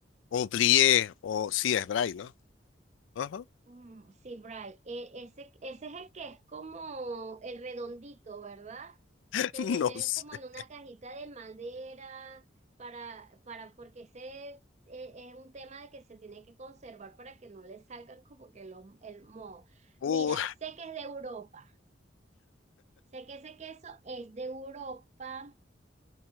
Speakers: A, on the left (about 85°); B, on the right (about 40°).
A: O brie, o sí es brie, ¿no? Ajá.
B: Mm, sí, Bray, e- ese, ese es el que es como el redondito, ¿verdad?
A: <laughs>
B: que viene
A: No sé.
B: como en una cajita de madera para, para, porque ese eh, es un tema de que se tiene que conservar para que no le salgan como que los, el moho.
A: Uh,
B: Mira, sé que es de Europa, sé que ese queso es de Europa.